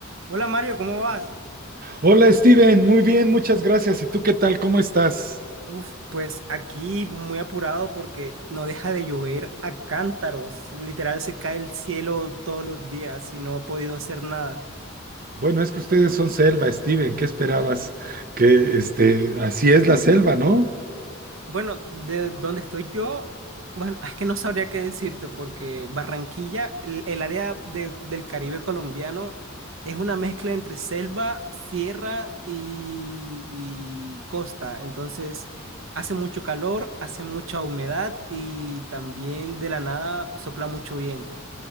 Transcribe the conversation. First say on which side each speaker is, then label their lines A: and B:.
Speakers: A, on the right (about 70°); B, on the right (about 45°).
A: Hola Mario, ¿cómo vas?
B: Hola Steven, muy bien, muchas gracias. ¿Y tú qué tal? ¿Cómo estás?
A: Uf, pues aquí muy apurado porque no deja de llover a cántaros. Literal se cae el cielo todos los días y no he podido hacer nada.
B: Bueno, es que ustedes son selva, Steven, ¿qué esperabas? Que este, así es la selva, ¿no?
A: Bueno, de donde estoy yo, bueno, es que no sabría qué decirte porque Barranquilla, el, el área de- del Caribe colombiano, es una mezcla entre selva, sierra y, y costa. Entonces, hace mucho calor, hace mucha humedad y también de la nada sopla mucho viento.